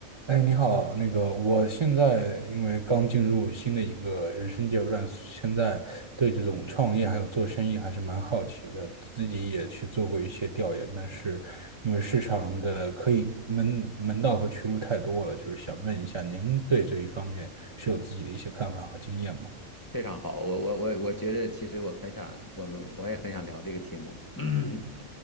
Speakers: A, on the right (about 45°); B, on the left (about 25°).
A: 哎，你好，那个，我现在因为刚进入新的一个人生阶段，现在对这种创业还有做生意还是蛮好奇的，自己也去做过一些调研，但是因为市场的可以门门道和渠路太多了，就是想问一下，您对这一方面是有自己的一些看法和经验吗？
B: 非常好，我我我我觉得，其实我很想，我们我也很想聊这个题目。<clears throat>